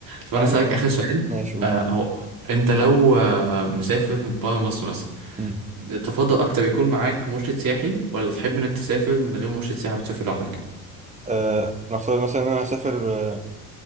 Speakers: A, on the right; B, on the right.
A: طب
B: يا
A: انا
B: عم
A: اسالك اخر سؤال
B: ماشي قول
A: آه هو انت لو آه مسافر بره مصر مثلا
B: مم.
A: تفضل اكتر يكون معاك مرشد سياحي ولا تحب انك تسافر من غير مرشد سياحي وتسافر لوحدك
B: آه نفترض مثلا إن أنا هسافر آه